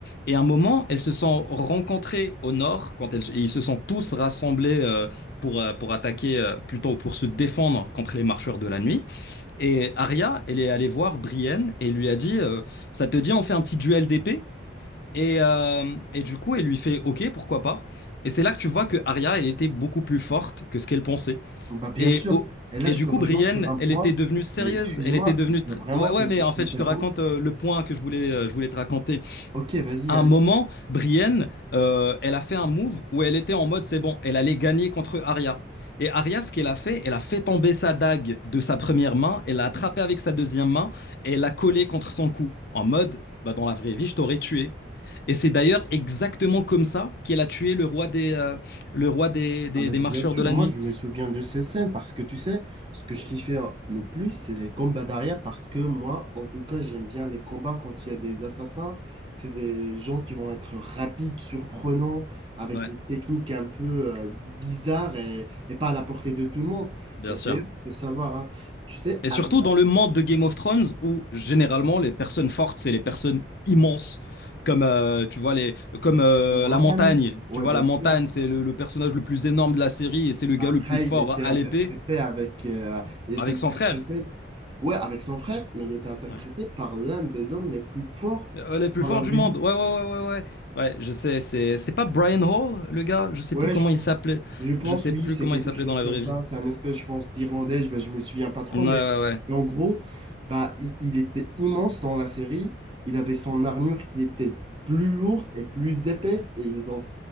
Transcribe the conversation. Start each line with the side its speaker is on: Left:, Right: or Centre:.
Left: Et à un moment, elles se sont rencontrées au nord, quand elles, ils se sont tous rassemblés euh, pour, euh, pour attaquer, euh, plutôt pour se défendre contre les marcheurs de la nuit. Et Arya, elle est allée voir Brienne et lui a dit, euh, ça te dit, on fait un petit duel d'épée et, euh, et du coup, elle lui fait OK, pourquoi pas. Et c'est là que tu vois que Arya, elle était beaucoup plus forte que ce qu'elle pensait.
Right: Bah, bien
Left: Et,
Right: sûr.
Left: au-
Right: Et là,
Left: et
Right: je
Left: du
Right: te
Left: coup,
Right: rejoins
Left: Brienne,
Right: sur un point.
Left: elle était devenue sérieuse.
Right: Et excuse-moi,
Left: Elle était devenue.
Right: je
Left: tr-
Right: veux vraiment
Left: Ouais, ouais,
Right: te-
Left: mais en fait,
Right: t'interrompre.
Left: je te raconte euh, le point que je voulais, euh, je voulais te raconter.
Right: Ok, vas-y,
Left: À
Right: allez.
Left: un moment, Brienne, euh, elle a fait un move où elle était en mode c'est bon, elle allait gagner contre Arya. Et Arya, ce qu'elle a fait, elle a fait tomber sa dague de sa première main, elle l'a attrapée avec sa deuxième main et elle l'a collée contre son cou. En mode, bah, dans la vraie vie, je t'aurais tué. Et c'est d'ailleurs exactement comme ça qu'elle a tué le roi des, euh, le roi des, des,
Right: Ah ben,
Left: des
Right: bien
Left: marcheurs
Right: sûr,
Left: de la
Right: moi
Left: nuit.
Right: je me souviens de ces scènes parce que tu sais, ce que je kiffais le plus, c'est les combats d'arrière parce que moi, en tout cas, j'aime bien les combats quand il y a des assassins. C'est des gens qui vont être rapides, surprenants, avec
Left: Ouais,
Right: des techniques un peu euh, bizarres et, et pas à la portée de tout le monde.
Left: bien
Right: Et
Left: sûr.
Right: d'ailleurs, il faut savoir, hein, tu sais,
Left: Et
Right: avec
Left: surtout dans le monde de Game of Thrones où généralement les personnes fortes, c'est les personnes immenses. Comme, euh, tu vois, les, comme euh,
Right: la montagne,
Left: la montagne.
Right: ouais,
Left: Tu vois,
Right: bien
Left: la montagne,
Right: sûr.
Left: c'est le, le personnage le plus énorme de la série et c'est le
Right: Après,
Left: gars le plus fort
Right: il était
Left: à
Right: interprété
Left: l'épée
Right: avec, euh, il était
Left: avec
Right: interprété
Left: son frère.
Right: Ouais, avec son frère, mais il était interprété
Left: Ouais.
Right: par l'un des hommes les plus forts
Left: Euh, le plus
Right: dans
Left: fort
Right: la vraie
Left: du monde.
Right: vie.
Left: Ouais, ouais, ouais, ouais, ouais. Ouais, je sais. c'est- C'était pas Brian Hall, le gars? Je sais
Right: Ouais,
Left: plus comment
Right: je, p-
Left: il s'appelait.
Right: je pense,
Left: Je sais
Right: oui,
Left: plus
Right: c'est
Left: comment
Right: quelque
Left: il s'appelait
Right: chose
Left: dans la
Right: comme
Left: vraie
Right: ça.
Left: vie.
Right: C'est un espèce, je pense, d'Irlandais, je, ben, je me souviens pas trop,
Left: Ouais, ouais,
Right: mais,
Left: ouais.
Right: mais en gros, bah, il, il était immense dans la série. Il avait son armure qui était plus lourde et plus épaisse, et ils ont